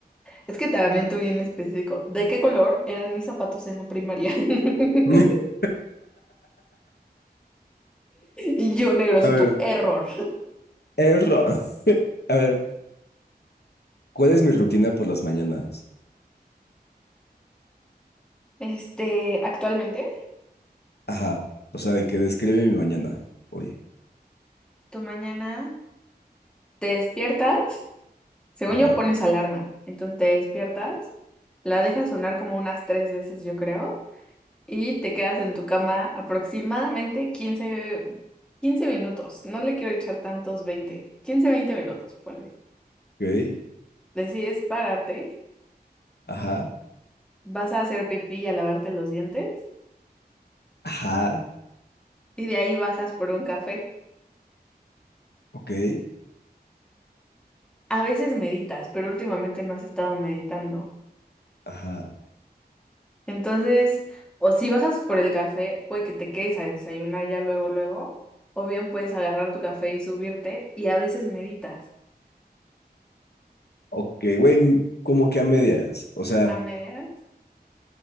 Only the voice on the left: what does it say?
<laughs>
A
ver.
Error. <laughs> A ver, ¿cuál es mi rutina por las mañanas?
Ajá. O sea, de que describe mi mañana. Oye.
Ajá.
Ok.
Ajá.
Ajá.
Ok.
Ajá.
Ok, güey, m- como que a medias. O sea,